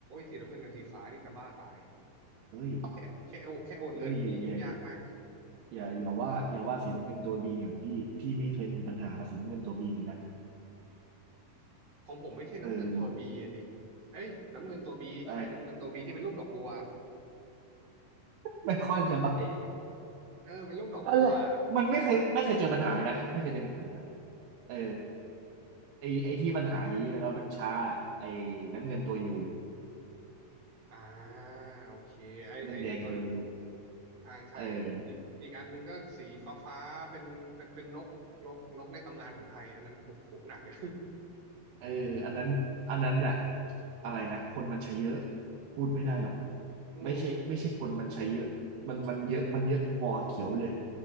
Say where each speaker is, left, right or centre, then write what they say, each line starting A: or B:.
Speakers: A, on the right; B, on the right.
A: สีน้ำเงินกับสีฟ้านี่จะบ้าตาย
B: เฮ้ย
A: แค่แค่โอแค่โอนเงินนี่ยุ่งยากมาก
B: เฮ้ยอย่าอย่าอย่าอย่าว่าอย่าว่าสีน้ำเงินตัวบีของพี่พี่ไม่เคยมีปัญหากับสีน้ำเงินตัวบีเลยนะ
A: ของผมไม่ใช่น้ำเงินตัวบีดิ
B: เออ
A: เอ้ยน้ำเงินตัวบีใช่น้ำเงินตัวบีที่เป็นรูปดอกบัว
B: เออไม่ค่อยจะบาด
A: เออเป็นรูปดอกบัว
B: อะไรมันไม่เคยไม่เคยเจอปัญหาเลยนะไม่เคยเจอปัญหาเลยนะ
A: มัน
B: เออไอไอที่ปัญหาเยอะๆแล้วมันช้าไอน้ำเงินตัวยู
A: อ่าโอเคไอไอไอตัวนั้น
B: เงินแดงตัวยู
A: ใช่ใช่
B: เออ
A: อีกอีกอันหนึ่งก็สีฟ้าฟ้าเป็นเป็นเป็นนกนกนกในตำนานของไทยอันนั้นโอ้โหหนักเลย
B: เอออันนั้นอันนั้นน่ะอะไรนะ คนมันใช้เยอะ พูดไม่ได้หรอก
A: <laughs> อืม
B: ไม่ใช่ไม่ใช่คนมันใช้เยอะมันมันเยอะ มันเยอะพอเขียวเลย